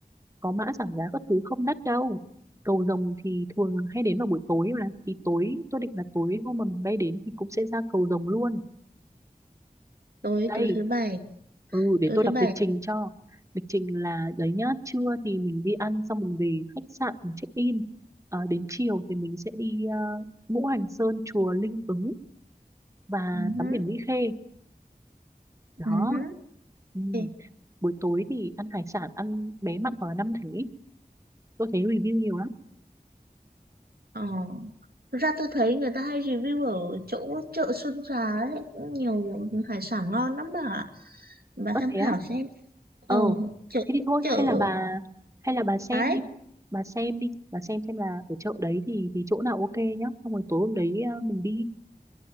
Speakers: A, on the right; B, on the right.
A: có mã giảm giá các thứ không đắt đâu Cầu Rồng thì thường hay đến vào buổi tối mà thì tối tôi định là tối hôm mà mình bay đến thì cũng sẽ ra Cầu Rồng luôn
B: tối
A: đây
B: tối thứ bảy,
A: ừ để
B: tối
A: tôi
B: thứ
A: đọc
B: bảy.
A: lịch trình cho lịch trình là đấy nhá trưa thì mình đi ăn xong mình về khách sạn mình check in Ờ, đến chiều thì mình sẽ đi ờ, Ngũ Hành Sơn chùa Linh Ứng và
B: Ừ, hứ,
A: tắm biển Mỹ Khê đó
B: ừ, hứ.
A: ừ.
B: Ok.
A: buổi tối thì ăn hải sản ăn bé mặn hoặc là năm thánh tôi thấy review nhiều lắm
B: Ờ. Thực ra tôi thấy người ta hay review ở chỗ chợ Xuân Trà ấy, cũng nhiều hải sản ngon lắm bà ạ. Bà
A: ớt
B: tham
A: thế
B: khảo
A: á
B: xem. Ờ,
A: ờ
B: chợ
A: thế thì thôi
B: chợ
A: hay là bà hay là bà xem
B: ấy,
A: đi bà xem đi bà xem xem là ở chợ đấy thì thì chỗ nào ok nhá xong rồi tối hôm đấy ờ, mình đi